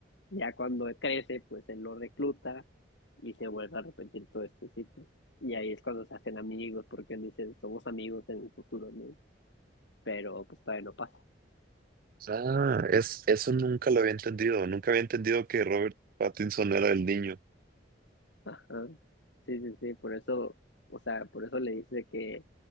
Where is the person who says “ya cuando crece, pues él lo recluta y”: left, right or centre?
Left